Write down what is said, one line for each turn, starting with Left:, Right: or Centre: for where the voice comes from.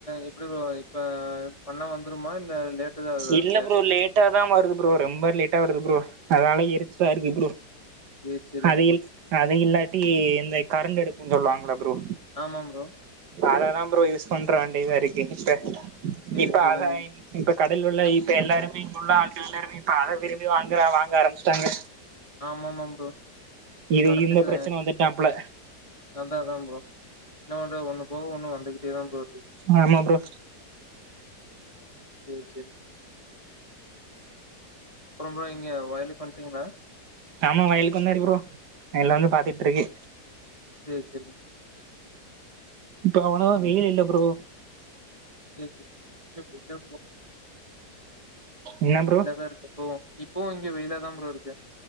Left: எப்டி ப்ரோ இப்ப பண்ணா வந்துருமா இல்ல லேட் ட்டு தா ஆவுதா
Right: இல்ல
Left: கேஸ்க்க
Right: ப்ரோ லேட்டா தா வருது ப்ரோ ரொம்ப லேட்டா வருது ப்ரோ அதனால எரிச்சலா இருக்கு ப்ரோ
Left: சேரி சேரிங்
Right: அத
Left: ப்ரோ
Right: அது இல்லாட்டி இந்த கரண்ட் அடுப்புன் சொல்வாங்ள ப்ரோ
Left: ஆமா ப்ரோ
Right: அததா ப்ரோ யூஸ் பண்ற வேண்டி தா இருக்கு இப்ப
Left: சேரி
Right: இப்ப
Left: சேரிங்
Right: அவ இப்ப கடலூர்ல இப்ப எல்லாருமே இங்க உள்ள ஆட்கள் எல்லாருமே இப்ப அத விரும்பி வாங்குறா வாங்க ஆரம்பிஷ்டாங்க
Left: ஆமாமாம் ப்ரோ
Right: இது
Left: கரண்ட்டுக்கு
Right: இந்த பிரச்சன வந்துட்டான்ப்புல
Left: அதா அதா ப்ரோ என்ன பண்றது ஒண்ணு போக ஒண்ணு வந்துகிட்டே தா ப்ரோ இருக்கு
Right: ஆமா ப்ரோ
Left: சேரி சேரி அப்பறம் ப்ரோ இங்க வயலுக்கு வந்ட்டீங்களா
Right: ஆமா வயலுக்கு வந்தாரு ப்ரோ எல்லா வந்து பாத்துட்ருக்கு
Left: சேரி செரிங்
Right: இப்ப அவ்வனா வெயில் இல்ல ப்ரோ
Left: சேர் செரி <unintelligible>
Right: என்ன
Left: வெயிலா
Right: ப்ரோ
Left: தா இருக்கும் ஓ ஓ இப்போவு இங்க வெயிலா தா ப்ரோ இருக்கு